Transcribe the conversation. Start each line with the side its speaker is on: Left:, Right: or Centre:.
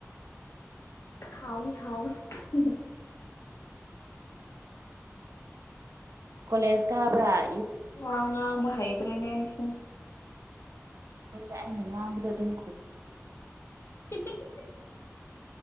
Left: ꯍꯥꯎꯅꯤ ꯍꯥꯎꯅꯤ ꯍꯨ ꯍꯨ
Right: ꯀꯣꯂꯦꯖ ꯀꯥꯕ꯭ꯔ
Left: ꯋꯥ ꯉꯥꯡꯕ ꯍꯩꯇ꯭ꯔꯦꯅꯦ ꯑꯩꯁꯦ
Right: ꯅꯣꯏꯗ ꯑꯩꯅ ꯉꯥꯡꯕꯗꯣ ꯑꯗꯨꯝ ꯈꯨꯝ
Left: <unintelligible>